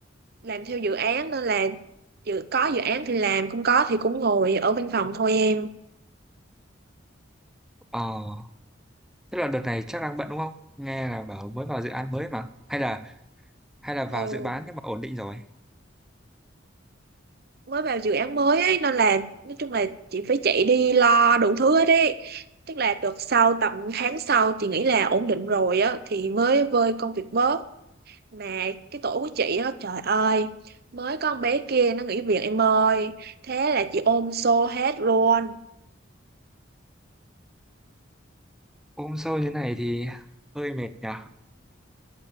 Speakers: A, on the right; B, in the centre.
A: làm theo dự án nên là dự có dự án thì làm, không có thì cũng ngồi ở văn phòng thôi em.
B: ờ tức là đợt này chắc đang bận đúng không nghe là bảo mới vào dự án mới mà hay là hay là vào
A: Ừ.
B: dự bán nhưng mà ổn định rồi
A: mới vào dự án mới ấy nên là nói chung là chị phải chạy đi lo đủ thứ hết ấy tức là được sau tầm tháng sau chị nghĩ là ổn định rồi á thì mới vơi công việc bớt mà cái tổ của chị á trời ơi mới có con bé kia nó nghỉ việc em ơi thế là chị ôm xô hết luôn
B: ôm sâu như này thì hơi mệt nhỉ